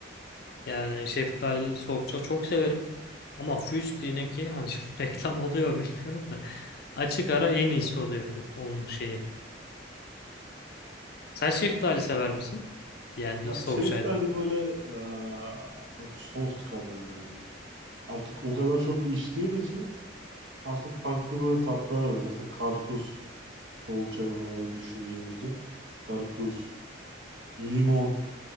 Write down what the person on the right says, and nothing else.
Ya
şeftali
böyle eee, çok soft kalıyor yani. Artık o kadar çok içtiğim için artık farklı böyle tatlar var. Mesela karpuz soğuk çay olarak düşündüğümüzde karpuz, limon